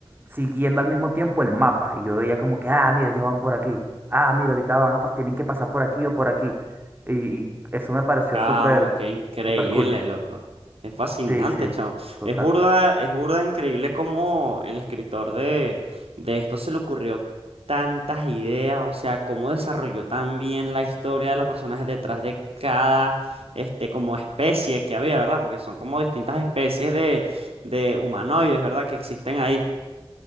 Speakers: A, on the right; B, on the right.
A: siguiendo al mismo tiempo el mapa. Y yo veía como que, ah, mira, ellos van por aquí. Ah, mira, ahorita van a, pas- tienen que pasar por aquí o por aquí. Y, y eso me pareció
B: Chamo,
A: súper,
B: qué increíble,
A: súper cool.
B: loco. Es fascinante,
A: Sí, sí,
B: chamo.
A: total.
B: Es burda, es burda increíble cómo el escritor de, de esto se le ocurrió tantas ideas, o sea, cómo desarrolló tan bien la historia de los personajes detrás de cada, este, como especie que había, ¿verdad? Porque son como distintas especies de, de humanoides, ¿verdad? Que existen ahí.